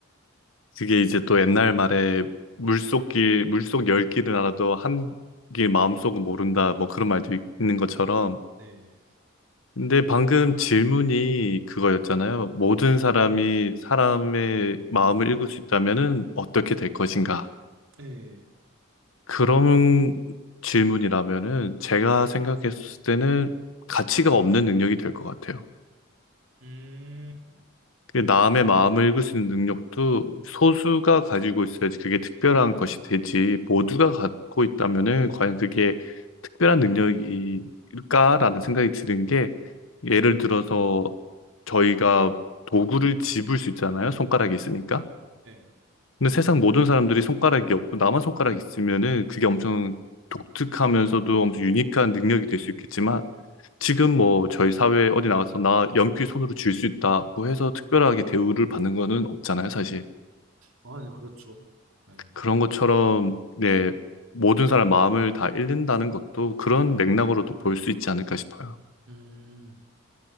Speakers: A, on the left; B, on the right.
A: 그게 이제 또 옛날 말에 물속길, 물속 열 길은 알아도 한길 마음속은 모른다. 뭐 그런 말도 있- 있는 것처럼.
B: 네.
A: 근데 방금 질문이 그거였잖아요. 모든 사람이 사람의 마음을 읽을 수 있다면은 어떻게 될 것인가?
B: 네.
A: 그런 질문이라면은 제가 생각했을 때는 가치가 없는 능력이 될 것 같아요.
B: 음,
A: 그 남의 마음을 읽을 수 있는 능력도 소수가 가지고 있어야지 그게 특별한 것이 되지. 모두가 갖고 있다면은 과연 그게 특별한 능력일까라는 생각이 드는 게 예를 들어서 저희가 도구를 집을 수 있잖아요. 손가락이 있으니까.
B: 네.
A: 근데 세상 모든 사람들이 손가락이 없고 나만 손가락이 있으면은 그게 엄청 독특하면서도 엄청 유니크한 능력이 될 수 있겠지만 지금 뭐 저희 사회 어디 나가서 나 연필 손으로 쥘 수 있다고 해서 특별하게 대우를 받는 거는 없잖아요, 사실.
B: 아, 네, 그렇죠. 네.
A: 그런 것처럼 네, 모든 사람 마음을 다 잃는다는 것도 그런 맥락으로도 볼 수 있지 않을까 싶어요.
B: 음,